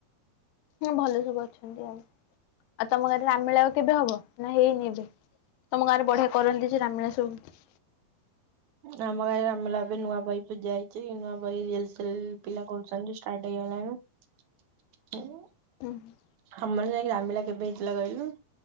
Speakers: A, on the left; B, on the right.
A: ହଁ ଭଲ ସବୁ ଅଛନ୍ତି ଆଉ ଆଉ ତମ ଘରେ ରାମେଳା ଆଉ କେବେ ହବ ନା ହେଇନି ଏବେ। ତମ ଗାଁରେ ବଢିଆ କରନ୍ତି ଯେ ରାମେଳା ସବୁ।
B: ଆମ ଗାଁରେ ରାମ ମେଲା ବହି ନୂଆ ବହି ପୂଜା ହେଇଛି ନୂଆ ବହି ରିୟଲ ସିହଲ ପିଲା କରୁଛନ୍ତି ଷ୍ଟାର୍ଟ ହେଇଗଲାଣି। ଉଁ
A: ଉଁହୁଁ
B: ଆମାର ଯାଇକି ରାମମେଲା କେବେ ହେଇଥିଲା କହିଲୁ?